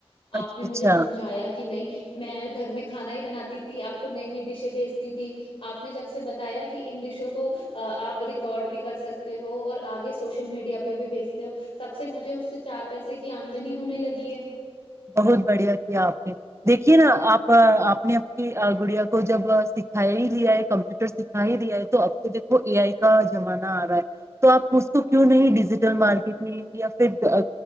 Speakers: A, on the right; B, on the left.
A: اچھا
B: آپ نے
A: اچھا
B: مجھے سمجھایا کہ نہیں میں گھر میں کھانا ہی بناتی تھی آپ کو نئی نئی ڈشیں بھیجتی تھی آپ نے جب سے بتایا کہ ان ڈشو کو آپ ریکارڈ بھی کر سکتے ہو اور آگے سوشل میڈیا پہ بھی بھیجتے ہو تب سے مجھے اس سے چار پیسے کی آمدنی ہونے لگی ہے
A: بہت بڑھیا کیا آپ نے دیکھیے نا آپ آپ نے اپ کی گڑیا کو جب سکھایا ہی لیا ہے کمپیوٹر سکھا ہی دیا ہے تو اب تو دیکھو اے آئی کا زمانہ آ رہا ہے تو آپ اس کو کیوں نہیں ڈیجیٹل
B: ہ
A: مارکیٹنگ انڈیا